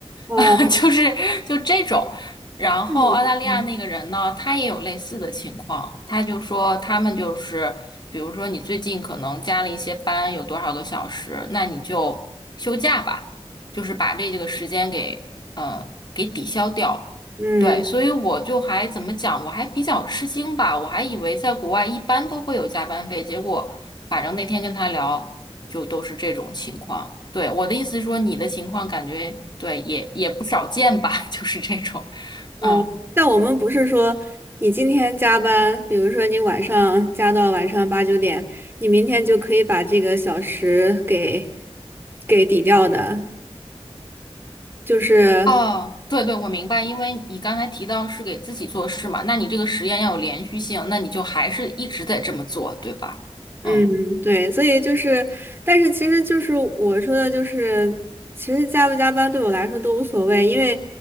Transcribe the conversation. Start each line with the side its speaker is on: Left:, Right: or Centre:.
Right: 哦，
Left: <laughs> 就是就这种。然后澳大利亚那个人呢，
Right: 嗯嗯
Left: 他也有类似的情况，他就说他们就是，比如说你最近可能加了一些班，有多少个小时，那你就休假吧，就是把这个时间给呃给抵消掉。
Right: 嗯。
Left: 对，所以我就还怎么讲，我还比较吃惊吧，我还以为在国外一般都会有加班费，结果反正那天跟他聊，就都是这种情况。对，我的意思是说，你的情况感觉对也也不少见吧，<laughs> 就是这种，
Right: 哦，
Left: 嗯，
Right: 但我们不是说你今天加班，比如说你晚上加到晚上八九点，你明天就可以把这个小时给给抵掉的，就是
Left: 哦，对对，我明白，因为你刚才提到是给自己做事嘛，那你这个实验要有连续性，那你就还是一直得这么做，对吧？
Right: 嗯，
Left: 嗯。
Right: 对，所以就是，但是其实就是我说的，就是其实加不加班对我来说都无所谓，因为